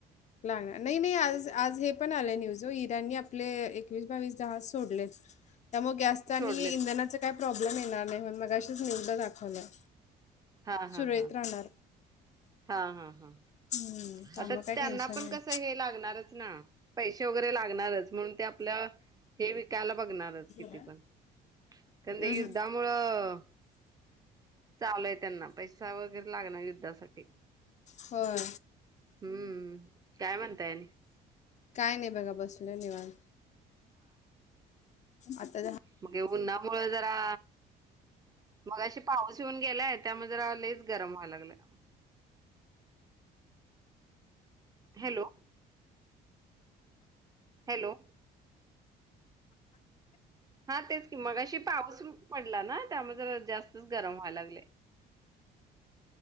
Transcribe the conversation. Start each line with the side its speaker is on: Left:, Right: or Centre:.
Left: लागणार नाही, नाही आज आज हे पण आलंय न्यूज इराणनी आपले एकवीस, बावीस जहाज सोडलेत. त्यामुळं गॅसच आणि
Right: सोडलेत
Left: इंधनाचा काय प्रॉब्लेम येणार नाही म्हणून मघाशीच न्यूजला दाखवल्यात.
Right: हा हा
Left: सुरळीत
Right: हा
Left: राहणार.
Right: हा, हा, हा
Left: हं, त्यामुळे
Right: आता
Left: काही
Right: त्यांना
Left: टेन्शन
Right: पण
Left: नाही.
Right: कसं हे लागणारच ना. पैसे वगैरे लागणारचं म्हणून ते आपलं हे विकायला बघणारच किती
Left: अं,
Right: पण. खरं तर युद्धामुळं
Left: हं.
Right: चालू आहे त्यांना पैसा वगैरे लागणार युद्धासाठी.
Left: होय.
Right: हम्म, काय म्हणताय आणि?
Left: काय नाही बघा बसलोय निवांत, आता दा
Right: मगे उन्हामुळं जरा मगाशी पाऊस येऊन गेलाय त्यामुळं जरा लयचं गरम व्हाय लागलंय. हॅलो. हॅलो. हा तेच की मगाशी पाऊस पडला ना त्यामुळे जरा जास्तच गरम व्हायला लागलंय.